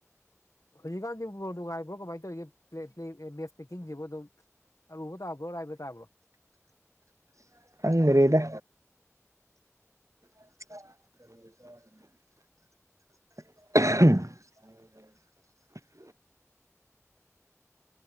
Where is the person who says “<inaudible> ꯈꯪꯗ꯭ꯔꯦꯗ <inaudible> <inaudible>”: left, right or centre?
Right